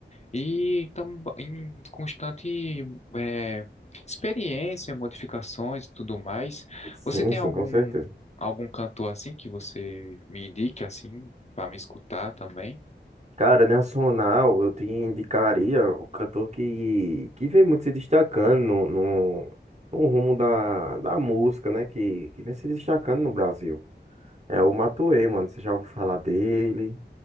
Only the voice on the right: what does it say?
Sim,
sim,
com certeza.
Cara, nacional, eu te indicaria o cantor que, que vem muito se destacando no, no, no rumo da, da música, né? Que, que vem se destacando no Brasil. É o Matuê, mano. Você já ouviu falar dele?